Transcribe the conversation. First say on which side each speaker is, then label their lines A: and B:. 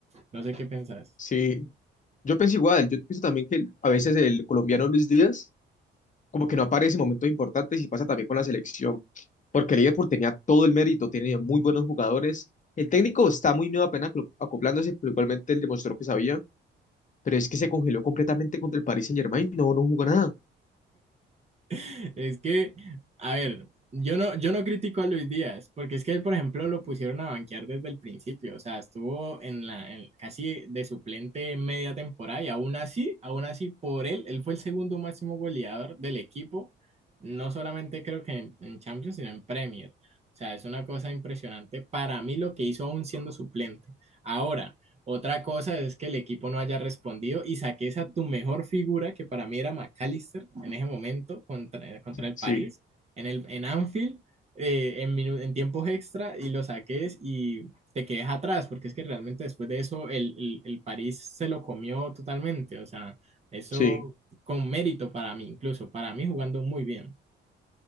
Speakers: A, on the right; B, on the left.
A: No sé qué pensás.
B: sí. Yo pienso igual, yo pienso también que a veces el colombiano Luis Díaz como que no aparece en momentos importantes y pasa también con la selección. Porque el Liverpool tenía todo el mérito, tenía muy buenos jugadores. El técnico está muy nuevo apenas acoplándose, pero igualmente él demostró que sabía. Pero es que se congeló completamente contra el Paris Saint-Germain, no, no jugó nada.
A: <laughs> Es que, a ver, yo no, yo no critico a Luis Díaz, porque es que él, por ejemplo, lo pusieron a banquear desde el principio, o sea, estuvo en la, en- casi de suplente media temporada y aún así, aún así, por él, él fue el segundo máximo goleador del equipo, no solamente creo que en, en Champions, sino en Premier. O sea, es una cosa impresionante para mí lo que hizo aún siendo suplente. Ahora, otra cosa es que el equipo no haya respondido y saques a tu mejor figura, que para mí era McAllister en ese momento contra, contra el
B: Sí,
A: París, en, el, en Anfield, eh, en, minu- en tiempos extra, y lo saques y te quedes atrás, porque es que realmente después de eso el, el, el París se lo comió totalmente. O sea, eso
B: sí,
A: con mérito para mí, incluso para mí jugando muy bien.